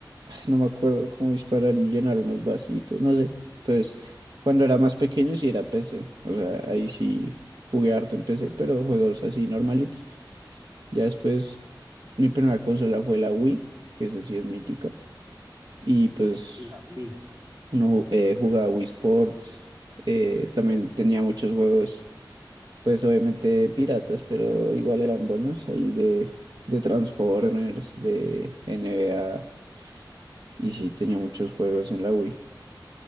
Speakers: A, on the right (about 70°); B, on the right (about 40°).
A: ah, no me acuerdo cómo disparar y llenar unos vasitos, no sé. Entonces, cuando era más pequeño sí era PC, o sea, ahí sí jugué harto en PC,
B: Sí.
A: pero juegos así normalitos. Ya después mi primera consola fue la Wii, que esa sí es mítica, y pues
B: Uy, la Wii.
A: uno ju- eh, jugaba Wii Sports, eh, también
B: Uy,
A: tenía muchos juegos pues obviamente piratas, pero igual eran buenos ahí de, de Transformers, de NBA, y sí, tenía muchos juegos en la Wii.